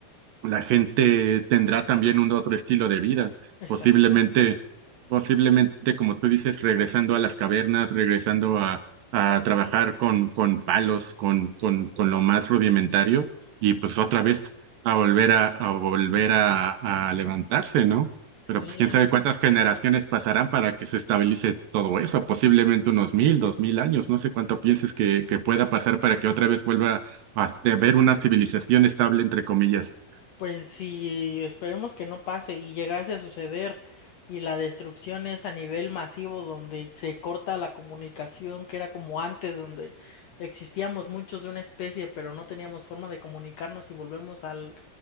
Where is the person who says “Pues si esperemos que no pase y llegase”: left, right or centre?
Left